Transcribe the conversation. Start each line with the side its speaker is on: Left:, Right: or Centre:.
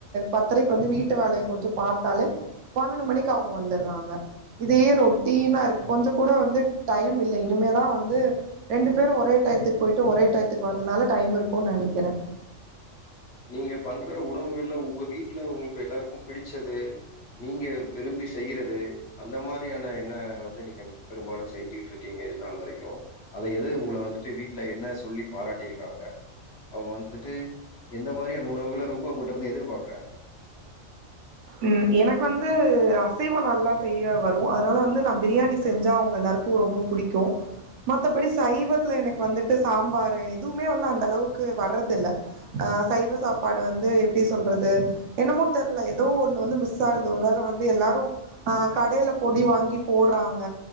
Right: பத்தரைக்கு வந்து வீட்டு வேலையை கொஞ்சம் பார்த்தாலே பன்னெண்டு மணிக்கு அவங்க வ இத ரொட்டனா இருக்கு கொஞ்சம் கூட வந்து டைம் இல்ல இனிமேதான் வந்து ரெண்டு பேரும் ஒரே டயத்துக்கு போயட்டு ஒரே த்துக்கு வர்றதுனால டைம் இருக்கும் நினைக்கிறேன்
Left: நீங்க பண்ற உணவுகள்ல உங்க வீட்டுல உங்களுக்கு எல்லாருக்கும் பிடிச்சது நீங்க விரும்பி செய்றது அந்த மாதிரியான என்ன வந்து நீங்க பெரும்பாலும் செஞ்சுகிட்டு இருக்கீங்க இது நாள் வரைக்கும் அத எது உங்களை வந்துட்டு வீட்டு ல என்ன சொல்லி பாராட்டியிருக்காங்க அவங்க வந்துட்டு எந்த மாதிரியான உணவுகளை ரொம்ப உங்க்கிட்ட இருந்து எதிர்பாரக்குறாங்க
Right: உம் எனக்கு வந்து அசைவம் நல்லா செய்ய வரும் அதனால வந்து நான் பிரியாணி செஞ்சா அவங்க எல்லாருக்கும் ரொம்ப பிடிக்கும் மத்தபடி சைவத்துல எனக்கு வந்துட்டு சாம்பாரு எதுவுமே வந்து அந்த அளவுக்கு வர்றது இல்ல அஹ் சைவ சாப்பாடு வந்து எப்படி சொல்றது என்னமோ தெரியல ஒ வ மிஸ் ஆகுது ஒரு வேலை வந்து எல்லாரும்ஹ் கடையில பொடி வாங்கி போடுறாங்க